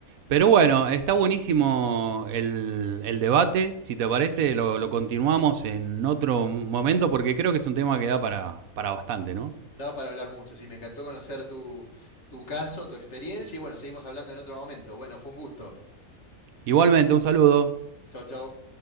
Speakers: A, on the right; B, on the left.
A: Pero bueno, está buenísimo el, el debate. Si te parece, lo, lo continuamos en otro momento porque creo que es un tema que da para, para bastante, ¿no?
B: Da para hablar mucho, sí, me encantó conocer tu, tu caso, tu experiencia y bueno, seguimos hablando en otro momento. Bueno, fue un gusto.
A: Igualmente, un saludo.
B: Chau, chau.